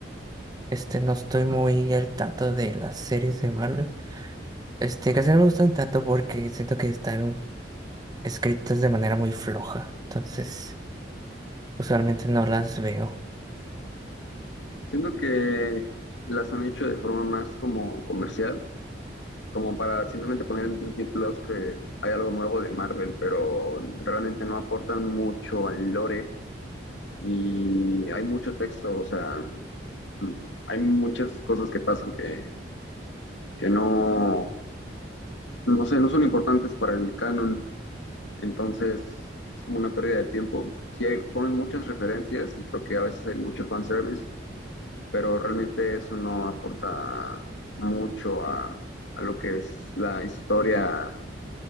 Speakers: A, on the right (about 20°); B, on the left (about 75°).
A: Este, no estoy muy al tanto de las series de Marvel. Este, casi no me gustan tanto porque siento que están escritas de manera muy floja. Entonces, usualmente no las veo.
B: Siento que las han hecho de forma más como comercial, como para simplemente poner en Disney Plus que hay algo nuevo de Marvel, pero realmente no aportan mucho al lore y hay mucho texto, o sea, mm, hay muchas cosas que pasan que, que no, no sé, no son importantes para el canon, entonces es como una pérdida de tiempo. Sí hay- ponen muchas referencias y creo que a veces hay mucho fanservice, pero realmente eso no aporta mucho a, a lo que es la historia,